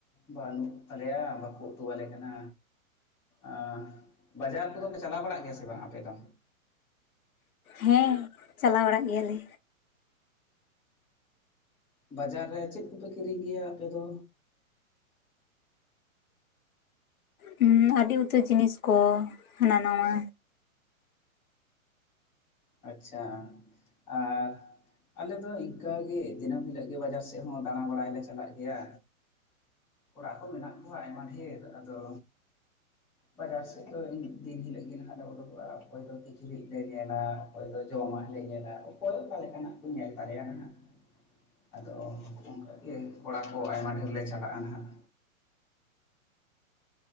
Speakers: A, in the centre; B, on the left (about 80°).
A: ᱵᱟᱹᱱᱩᱜ ᱛᱟᱞᱮᱭᱟ ᱵᱟᱠᱚ ᱩᱛᱩ ᱟᱞᱮ ᱠᱟᱱᱟ᱾ ᱟᱸᱜ, ᱵᱟᱡᱟᱨ ᱠᱚᱫᱚ ᱯᱮ ᱪᱟᱞᱟᱣ ᱵᱟᱲᱟᱜ ᱜᱮᱭᱟ ᱥᱮ ᱵᱟᱝ ᱟᱯᱮ ᱫᱚ᱾
B: ᱦᱮᱸ, ᱪᱟᱞᱟᱣ ᱵᱟᱲᱟᱜ ᱜᱮᱭᱟᱞᱮ᱾
A: ᱵᱟᱡᱟᱨ ᱨᱮ, ᱪᱮᱫ ᱠᱚᱯᱮ ᱠᱤᱨᱤᱧ ᱜᱮᱭᱟ ᱟᱯᱮ ᱫᱚ?
B: ᱦᱩᱸ, ᱟᱹᱰᱤ ᱩᱛᱟᱹᱨ ᱡᱤᱱᱤᱥ ᱠᱚ ᱦᱟᱱᱟ ᱱᱟᱣᱟ᱾
A: ᱟᱪᱪᱷᱟ, ᱟᱨ ᱟᱞᱮ ᱫᱚ ᱤᱱᱠᱟ ᱜᱮ, ᱫᱤᱱᱟᱹᱢ ᱦᱤᱞᱳᱜ ᱜᱮ ᱵᱟᱡᱟᱨ ᱥᱮᱫ ᱦᱚᱸ ᱫᱟᱬᱟ ᱵᱟᱲᱟᱭᱞᱮ ᱪᱟᱞᱟᱜ ᱜᱮᱭᱟ᱾ ᱚᱲᱟᱜ <unintelligible> ᱠᱚ ᱢᱮᱱᱟᱜ ᱠᱚᱣᱟ ᱟᱭᱢᱟ ᱰᱷᱮᱨ ᱟᱫᱚ ᱵᱟᱡᱟᱨ ᱥᱮᱫ ᱫᱚ ᱫᱤᱱ ᱦᱤᱞᱳᱜ ᱜᱮ ᱱᱟᱦᱟᱜ ᱞᱮ ᱩᱰᱩᱠᱚᱜᱼᱟ᱾ ᱚᱠᱚᱭ ᱫᱚ ᱠᱤᱪᱨᱤᱡ ᱞᱮ ᱧᱮᱞᱟ᱾ ᱚᱠᱚᱭ ᱫᱚ ᱡᱚᱢᱟᱜ ᱞᱮ ᱧᱮᱞᱟ᱾ ᱚᱠᱚᱭ ᱚᱠᱟ ᱞᱮᱠᱟᱱᱟᱜ ᱠᱚ ᱧᱮᱞ ᱛᱟᱞᱮᱭᱟ ᱱᱟᱦᱟᱸᱜ᱾ ᱟᱫᱚ ᱚᱱᱠᱟ ᱜᱮ ᱠᱚᱲᱟ ᱠᱚ ᱟᱭᱢᱟ ᱰᱷᱮᱨ ᱞᱮ ᱪᱟᱞᱟᱜᱼᱟ ᱱᱟᱦᱟᱸᱜ᱾